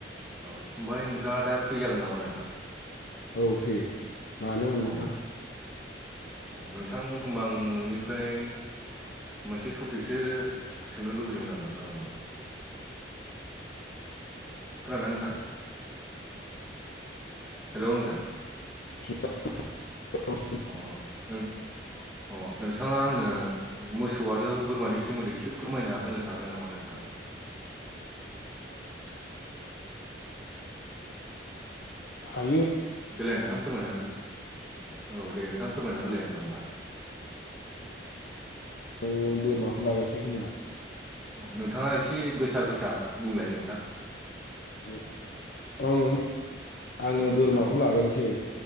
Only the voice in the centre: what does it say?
औ ओमफाय नोंथाङा दा फ्रि जागोन नामा नोंथां?
अ अ नोंथां होमबा आं नोंनिफ्राय मोनसे टफिकसो सोंनो लुबैदोंमोन आं नोंथां नोंनाव खोनादों ना नोंथां हेलौ नोंथां
अ नो अ नोंथाङा आंनो मोसौ आरो बोरमानि सोमोन्दै एसे फोरमायना होनो हागोन नामा नोंथां? बेरायनाय
देलाय नोंथां फोरमायना हो औ दे नोंथां फोरमायना होलाय आंनो होमबा
औ नोंथाङा एसे गोसा गोसा बुंलाय नोंथां
औ
नोंथां